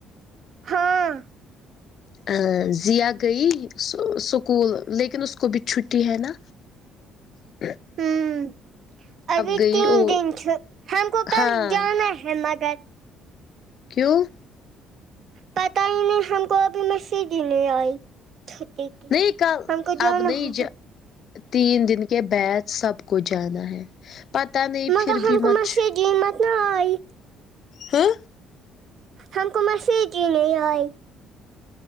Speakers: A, on the right (about 50°); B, on the left (about 50°).
A: ہاں
B: ا ضیاء گئی سکول لیکن اس کو بھی چھٹی ہے نہ <inaudible>
A: ہوں ابھی
B: گئی
A: تین
B: وہ
A: دن چٹ ہم کو کل
B: ہاں
A: جانا ہے ہے مگر
B: کیوں
A: پتا ہی نہیں ہم کو ابھی میسج ہی نہیں آئی چھٹی کی
B: نہیں کل
A: ہم کو جانا
B: اب نہیں
A: ہوگا
B: جا تین دن کے بعد سب کو جانا ہے پتہ نہیں
A: مگر
B: پھر
A: ہم
B: بھی
A: کو
B: مچ
A: میسج ہی مت نہ آئی
B: ہاں
A: ہم کو مسیج ہی نہیں آئی